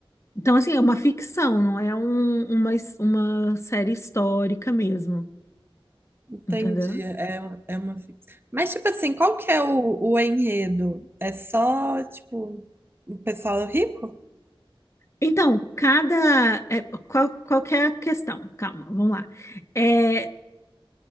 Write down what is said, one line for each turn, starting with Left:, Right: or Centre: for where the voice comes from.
Left: Então, assim, é uma ficção, não é um- uma, his- uma série histórica mesmo,
Right: Entendi,
Left: entendeu?
Right: é, é uma ficção. Mas, tipo assim, qual que é o, o enredo? É só, tipo, o pessoal rico?
Left: Então, cada. é, qual, qual que é a questão? Calma, vamos lá. É,